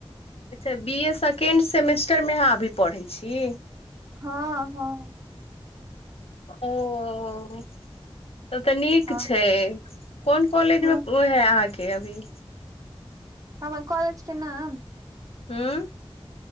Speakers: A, on the left; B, on the right.
A: अच्छा बी ए सेकेंड सेमेस्टरमे अहाँ अभी पढ़ैत छी?
B: हँ हँ
A: ओ सभ तऽ नीक
B: हँ
A: छै। कोन कॉलेज
B: हँ
A: मे है आहाँके अभी?
B: हमर कॉलेज के नाम?
A: हँ